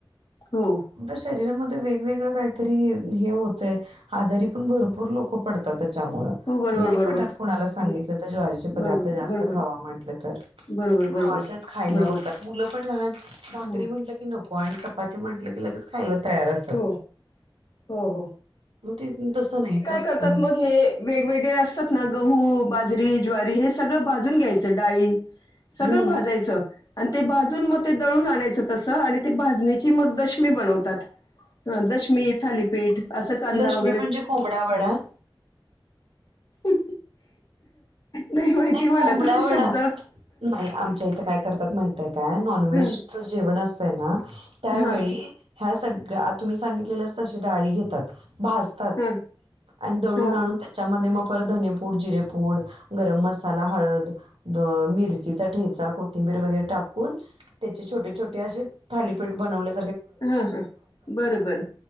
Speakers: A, on the left; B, on the right.
A: हो,
B: आ शरीर म वेगवेगळ काहीतरी हे होतंय आजारी पण भरूर भूर लोक पतात. त्याच्यामुळे
A: हो, बरोबर,
B: नाही
A: बरोबर.
B: पटत कणाला सांगितलं
A: हं,
B: तर ज्वारीचे पदार्थ
A: बरोबर,
B: जास्त
A: बरोबर,
B: खावा म्हटलं तर.
A: बरोबर, बरोबर,
B: गवाच्याच खायला
A: बरोबर.
B: बघतात मुलं पण लहान भाकरी
A: हो,
B: म्हंटल की नक पॉईंट चपाती म्हटलं की लगच खयला. परस तयार असतात
A: हो, हो हो
B: मग ते तसं नाही. जसं
A: तात मग हे वेगवेगळे असतात ना गहू बाजरी ज्वारी हे सगळं भाजून घ्यायचं डाळी सगळं
B: हं.
A: भाजायचं. आणि ते भाजून मग ते दळून आणायचं तसं. आणि ते भाजणीची मग दशमी बनवतात दशमी थालीपीठ असं कंद
B: दशमी
A: व
B: म्हणजे कोंबडा वडा.
A: अ नाही माहिती मला
B: कोंबडा
A: त
B: वडा
A: शब्द
B: नाही आमच्या इथं काय करतात माहिती आहे काय नॉनव्हेजच
A: हा
B: जेवण असत. स ना त्या
A: हा
B: बळी ह्या सगळ्या तुम्ही सांगितलेलंच तशी डाळी घेतात. भाजतात
A: हा
B: आणि दळून
A: हा
B: आणून त्याच्यामध्ये मग परर धनेपूड जिरेपूड गरम मसाला हळद मिरचीचा ठेचा कोथिंबीर वगैरे टाकून त्याचे छोटे छोटे असे थालीपीठ बनवले
A: हा हा बरं बरं